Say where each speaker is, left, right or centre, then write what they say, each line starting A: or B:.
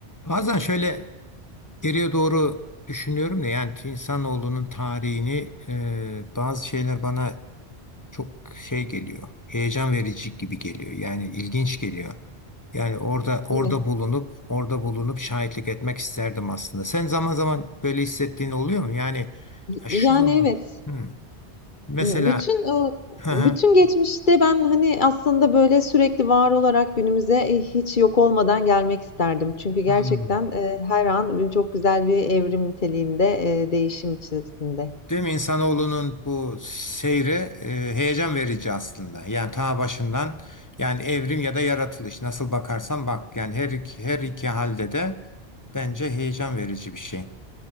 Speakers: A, on the left; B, on the left.
A: Bazen şöyle geriye doğru düşünüyorum da yani insanoğlunun tarihini e, bazı şeyler bana çok şey geliyor. Heyecan verici gibi geliyor. Yani ilginç geliyor. Yani orada orada
B: Evet.
A: bulunup orada bulunup şahitlik etmek isterdim aslında. Sen zaman zaman böyle hissettiğin oluyor mu? Yani ya şu
B: Yani
A: zaman.
B: evet.
A: Hmm. Mesela
B: Bütün, ııı,
A: <laughs> hı
B: bütün
A: hı.
B: geçmişte ben, hani, aslında, böyle, sürekli var olarak günümüze, eee, hiç yok olmadan gelmek isterdim. Çünkü gerçekten,
A: Hmm.
B: eee, her an, çok güzel bir evrim niteliğinde, eee, değişim içerisinde.
A: Değil mi? İnsanoğlunun bu seyri e, heyecan verici aslında. Yani ta başından yani evrim ya da yaratılış nasıl bakarsan bak yani her iki, her iki halde de bence heyecan verici bir şey.